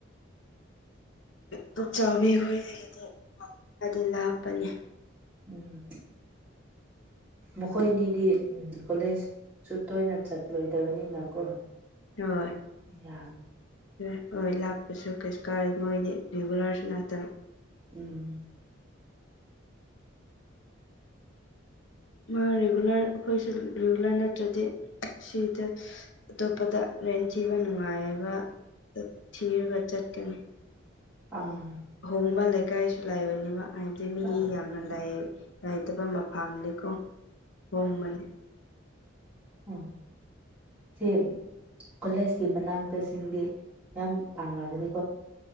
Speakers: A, on the left (about 70°); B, in the centre.
A: ꯄꯨꯛꯆꯥꯎꯕꯤ ꯈꯣꯏꯗꯒꯤ ꯑꯗꯨꯗꯤ ꯂꯥꯞꯄꯅꯦ
B: ꯎꯝ ꯃꯈꯣꯏꯅꯤꯗꯤ ꯎꯝ ꯀꯣꯂꯦꯖ ꯁꯨ ꯇꯣꯏꯅ ꯆꯠꯂꯣꯏꯗꯕꯅꯤꯅ ꯀꯣ
A: ꯍ
B: ꯎꯝ
A: ꯍ ꯍꯣꯏ ꯂꯥꯛꯄꯁꯨ ꯀꯩꯁꯨ ꯀꯥꯏ ꯃꯣꯏꯗꯤ ꯔꯤꯒꯨꯂꯔꯁꯨ ꯅꯠꯇꯅ
B: ꯎꯝ
A: ꯃꯥ ꯔꯤꯒꯨꯂꯔ ꯑꯩꯈꯣꯏꯁꯨ ꯔꯤꯒꯨꯂꯔ ꯅꯠꯇ꯭ꯔꯗꯤ ꯁꯤꯗ ꯑꯇꯣꯞꯄꯗ ꯔꯦꯟ ꯊꯤꯕ ꯅꯨꯡꯉꯥꯏꯕ ꯊꯤꯔꯒ ꯆꯠꯀꯅꯤ
B: ꯎꯝ
A: ꯑꯍꯣꯡꯕ ꯂꯩꯀꯥꯏꯁꯨ ꯂꯥꯏꯕꯅꯦꯕ ꯍꯥꯏꯕꯗꯤ ꯃꯤ
B: ꯑꯥ
A: ꯌꯥꯝꯅ ꯂꯩꯏꯇꯕ ꯃꯐꯝꯥꯝꯅꯤꯀꯣ ꯍꯣꯡꯕꯅꯤ
B: ꯎꯝ ꯁꯤ ꯀꯣꯂꯦꯖꯀꯤ ꯃꯅꯥꯛꯇꯁꯤꯡꯗꯤ ꯌꯥꯝ ꯇꯥꯡꯅꯒꯅꯤ